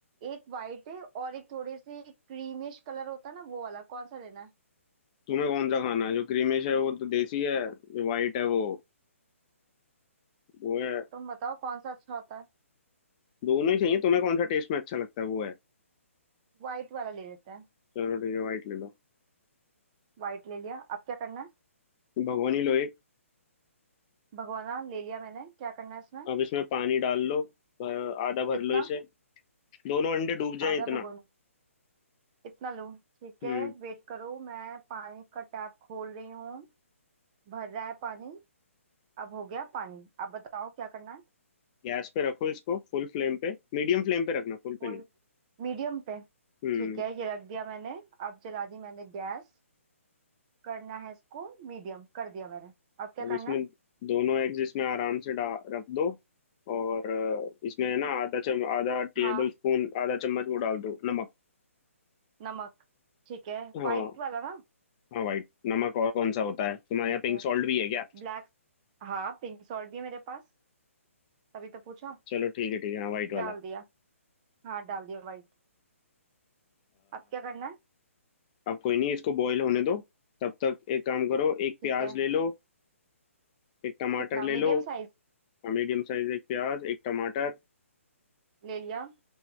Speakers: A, on the right; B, on the left.
A: एक वाइट है और एक थोड़े से क्रीमिश कलर होता है ना वो वाला कौन सा लेना है
B: तुम्हें कौन सा खाना है जो क्रीमिश है वो तो देसी है जो वाइट है वो वो है
A: तुम बताओ कौन सा अच्छा होता है
B: दोनों ही चाहिए तुम्हें कौन सा टेस्ट में अच्छा लगता है वो है
A: वाइट वाला ले लेते हैं
B: चलो ठीक है वाइट ले लो
A: वाइट ले लिया अब क्या करना है
B: भगोनी लो एक
A: भगोना ले लिया मैंने क्या करना है इसमें
B: अब इसमें पानी डाल लो भर, आधा
A: कितना
B: भर लो इसे दोनों अंडे डूब
A: आधा
B: जाएं इतना
A: भगोना इतना लूं ठीक
B: हम्म
A: है वेट करो मैं पानी का टैप खोल रही हूँ भर रहा है पानी अब हो गया पानी अब बताओ क्या करना है
B: गैस पे रखो इसको फुल फ्लेम पे मीडियम फ्लेम पे रखना फुल पे
A: फुल
B: नहीं
A: मीडियम पे
B: हम्म
A: ठीक है ये रख दिया मैंने अब जला दी मैंने गैस करना है इसको मीडियम कर दिया मैंने अब क्या
B: अब इसमें
A: करना है
B: दोनों एग्स इसमें आराम से डा रख दो और अ, इसमें है ना आधा चम आधा टेबल
A: हाँ
B: स्पून आधा चम्मच वो डाल दो नमक
A: नमक ठीक है
B: हाँ
A: वाइट वाला ना
B: हाँ वाइट नमक और कौन सा होता है तुम्हारे
A: ठीक
B: यहाँ पिंक
A: है
B: सॉल्ट भी है क्या
A: ब्लैक हाँ पिंक सॉल्ट भी है मेरे पास तभी तो पूछा
B: चलो ठीक है ठीक है हाँ वाइट वाला
A: डाल दिया हाँ डाल दिया वाइट अब क्या करना है
B: अब कोई नहीं इसको बॉईल होने दो तब तक एक काम करो एक
A: ठीक
B: प्याज
A: है
B: ले लो एक टमाटर
A: कितना
B: ले
A: Medium
B: लो
A: size
B: मीडियम साइज एक प्याज एक टमाटर
A: ले लिया